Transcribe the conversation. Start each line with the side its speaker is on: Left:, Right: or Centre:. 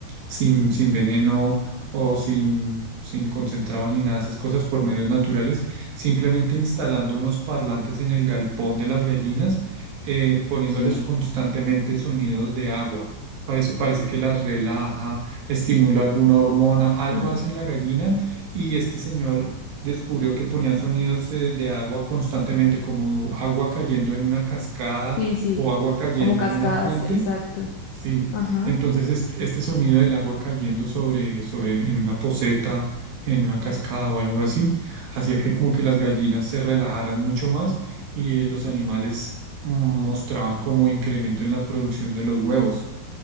Right: sin, sin veneno o sin, sin concentrado ni nada de esas cosas por medios naturales, simplemente instalando unos parlantes en el galpón de las gallinas, eh, poniéndoles
Left: sí,
Right: constantemente sonidos de agua. Para eso parece que las relaja, estimula alguna hormona, algo
Left: uh,
Right: hace en la gallina y este señor descubrió que ponían sonidos eh, de agua constantemente, como agua cayendo en una cascada
Left: sí, sí,
Right: o agua cayendo
Left: como cascadas,
Right: en una fuente.
Left: exacto.
Right: Sí,
Left: Ajá.
Right: entonces es- este sonido del agua cayendo sobre, sobre en una poceta, en una cascada o algo así, hacía que como que las gallinas se relajaran mucho más y los animales mm, mostraban como incremento en la producción de los huevos.